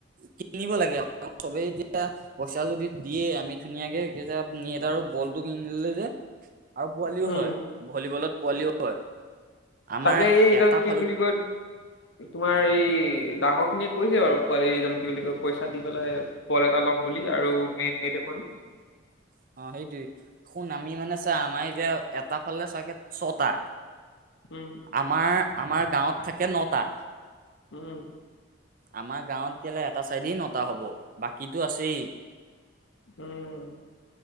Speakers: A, on the right; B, on the left.
A: কিনিব লাগে চবেই এতিয়া পইচা যদি দিয়ে আমি ধুনীয়াকে ন ত আৰু বলটো কিনি দিল যে আৰু পোৱালিও
B: উম
A: হয় ভলীবলত পোৱালিও হয়। আমাৰ
B: তাকে এই এইডাল
A: এটা
B: কি
A: ফাল
B: বুলি কয় তোমাৰ এই ডাঙৰ আখিনিয়ে কৈছে বাৰু পোৱালিডাল কি বুলি কয় পইচা দি পেলাই বল এটা ল'ম বুলি আৰু মেইন ন দেখোন।
A: <inaudible> অ সেইটোৱেই শুন আমি মানে চা আমাৰ এতিয়া এটা ফালে চাগে ছটা
B: উম
A: আমাৰ আমাৰ গাৱত থাকে নটা।
B: উম,
A: আমাৰ গাৱত গলে এটা চাইডেই নটা হব বাকীতো আছেই।
B: উম,